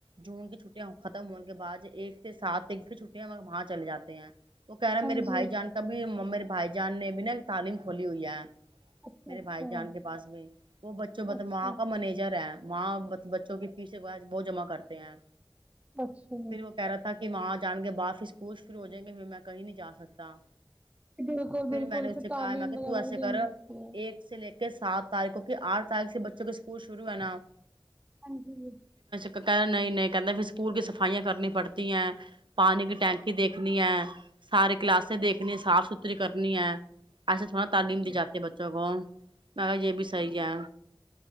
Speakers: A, on the right; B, on the right.
A: جون کی چھٹیاں ختم ہونے کے بع ایک سے سات ت کی چھٹیاں ہم وہاں چل جاتے ہیں تو کہہ رہا ہے
B: ہاں
A: میرے
B: جی
A: بھائی جان کا بھی بھائی جان نے بھی نا تعلیم کھلی ہوئی ہے
B: اچھا
A: میرے
B: اچھا
A: بھائی جان کے پاس میں وہ بچوں مطلب
B: اچھا
A: وہ آپ میجر ہے وہاں بچوں کے پیچھے کرتے ہیں
B: اچھا
A: پھر وہ کہہ رہا تھا کہ وہاںج جان کے بعد اس کچھھر ہو جیں گے میں کہیں نہیں ج سکتا
B: بالکل بالکل
A: میں نے اس
B: پھر
A: سے کہا
B: تعلیم
A: میں کہ
B: وغیرہ
A: تو ایسے
B: بھی دنے
A: کر
B: لگتی ہے
A: ایک سے لے سات تاریخوں کی آھ تاریخ سے بچوں کے اسکول وہ شرو ہے ن
B: ہاں جی
A: کہ نہیں نہیں کہتےھر اسکول کی صفائیاں کرنی پڑتی ہیں پانی کی ٹینکی دیکھنی ہے سارے کلاسیں دیکنے صاف ستھر استری کرنی ہے ایسے تھوڑا تعلیم دی جاتی بچوں کو مگر یہ بھی صحیح ہے